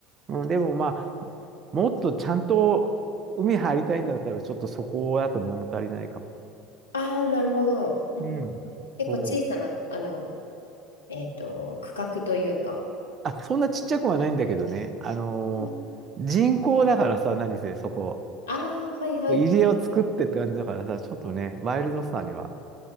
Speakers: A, on the right; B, on the left.
A: うん、でもまあ、もっとちゃんと海入りたいんだったら、ちょっとそこだと物足りないかも。
B: ああ、なるほど。うん、
A: うん。
B: 結構小さな、
A: そう。
B: あの、えっと、区画というか。
A: あ、そんなちっちゃくはないんだけどね。あのー人工だからさ、
B: うん
A: 何せそこ。
B: ああー、はいはいはい。
A: 入り江を作ってって感じだからさ、ちょっとね、ワイルドさには。